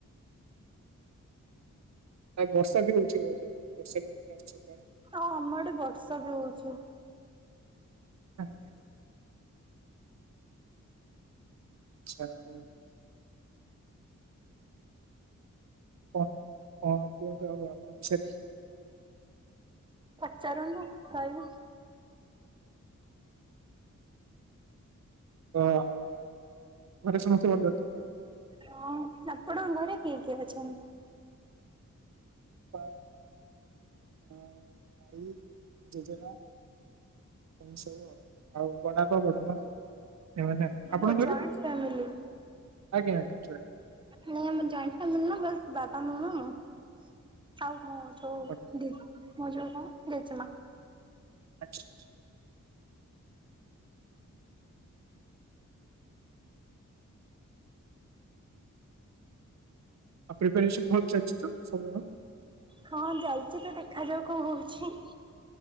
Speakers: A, on the right; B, on the right.
A: ନାଇ ବର୍ଷା ବି ହଉଛି ବୋଧେ ବର୍ଷା ବି ହୋଉଥିଲା ତ ସକାଳୁ।
B: ହଁ ଆମଆଢେ ବର୍ଷା ବି ହଉଛି।
A: ଆଜ୍ଞା। ଆଚ୍ଛା ହଉ। କଣ କଣ କୁହନ୍ତ ଆଉ ଆପଣଙ୍କ ବିଷୟରେ?
B: ପଚାରନ୍ତୁ କହିବି?
A: ତ ଘରେ ସମସ୍ତେ ଭଲ ଅଛନ୍ତି ତ?
B: ହଁ, ଆପଣଙ୍କ ଘରେ କିଏ କିଏ ଅଛନ୍ତି?
A: ବାପା, ମାଆ, ଭାଇ, ଜେଜେମା। ଏମିତି ସବୁ ଆଉ ଆଉ ବଡ଼ ବାପା, ବଡ଼ ମା। ଏଇ ମାନେ ଆପଣଙ୍କ
B: ମୋ ଜଏଣ୍ଟ
A: ଘରେ
B: ଫ୍ୟାମିଲି।
A: ଆଜ୍ଞା ଆଜ୍ଞା ଜଏଣ୍ଟେ ଫ୍ୟାମିଲି।
B: ନାଇଁ ଆମର ଜଏଣ୍ଟ ଫାମିଲି ନା ବାସ୍ ବାବା, ମାମା, ମୁଁ ଆଉ ମୋର ଯୋଉ
A: କରିବି
B: ଦିଦି। ମୋର ଯୋଉ କଣ ଜେଜେମା।
A: ଆଚ୍ଛା ଆଚ୍ଛା। ଆଉ ପ୍ରିପାରେସନ୍ ଭଲ ଚାଲିଚି ତ ସବୁର?
B: ହଁ ଚାଲିଚି ତ ଦେଖାଯାଉ କଣ ହଉଚି।